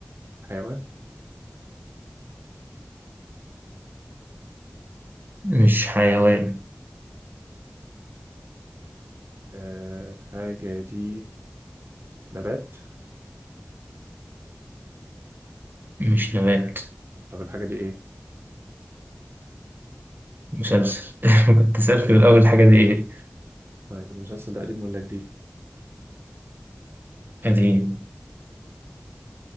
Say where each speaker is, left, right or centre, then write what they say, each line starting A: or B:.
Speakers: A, on the right (about 70°); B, on the right (about 50°).
A: حيوان
B: مش حيوان
A: آه، الحاجه دي نبات
B: مش نبات
A: طب الحاجه دي ايه
B: مسلسل <laughs> كنت سألت في الأول الحاجة دي إيه؟
A: طيب المسلسل ده قديم ولا جديد؟
B: قديم